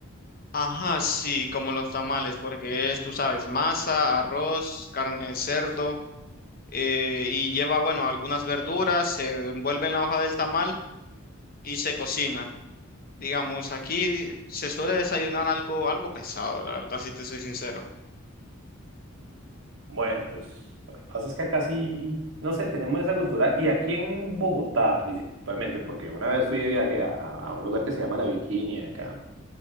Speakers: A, on the left (about 45°); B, on the right (about 65°).
A: Ajá, sí, como los tamales, porque es, tú sabes, masa, arroz, carne de cerdo. eh, y lleva, bueno, algunas verduras, se envuelve en la hoja del tamal y se cocina. Digamos, aquí se suele desayunar algo, algo pesado, la verdad, si te soy sincero.
B: Bueno, pues lo que pasa es que acá sí, no sé, tenemos esa cultura y aquí en Bogotá principalmente, porque una vez fui de viaje a, a a un lugar que se llama La Virginia acá.